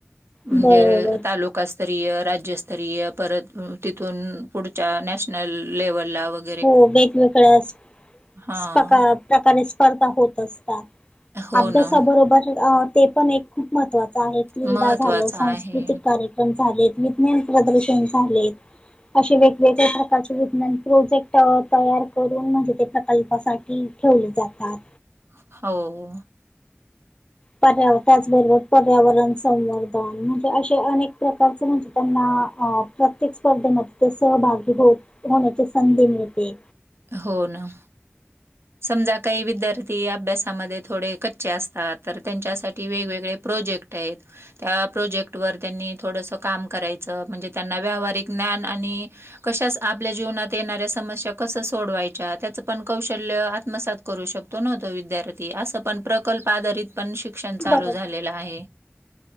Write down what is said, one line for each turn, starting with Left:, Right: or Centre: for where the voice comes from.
Right: म्हणजे
Left: बरोबर
Right: तालुकास्तरीय, राज्यस्तरीय परत तिथून पुढ पुढच्या नॅशनल लेव्हलला वगै
Left: हो वेगवेगळ्या प्सकार
Right: हा
Left: प्रकारे स्पर्धा होत असतात
Right: हो
Left: अभ्यासाबरोबर
Right: ना
Left: ते पण एक. खूप महत्त्वाचं आहे क्रीडा
Right: महत्त्वाचं
Left: झालं सांस्कृतिक
Right: आहे
Left: कार्य. कार्यक्रम झालेत विज्ञान प्रदर्शन झालेत अशे वेगवेगळ्या
Right: खूप
Left: प्रकारचे विज्ञान प्रोजेक्ट तयार करून म्हणजे ते प्रकल्पासाठी ठेवले जातात.
Right: हो.
Left: पर्यावरण त्याचबरोबर पर्यावरण संवर्धन म्हणजे असे अनेक प्रकारचे म्हणजे त्यांना. प्रत्येक स्पर्धेमध्ये ते सहभागी हो होण्याची संधी मिळते.
Right: हो ना. समजा काही विद्यार्थी अभ्यासामध्ये थोडे कच्चे असतात तर त्यांच्यासाठी वेगवेगळे प्रोजेक्ट. त्या आहेत. त्या प्रोजेक्ट वर त्यांनी थोडस काम करायचं म्हणजे त्यांना व्यावहारिक ज्ञान आणि कश आपल्या जीवनात येऱ्या समस्या कस सोडवायच्या त्याच पण कौ आत्मसात करू शकतो न्हो विद्यार्थी असण प्रकल्प आधारित पण श शिक्षण चालू
Left: बरोबर
Right: झालेलं आहे.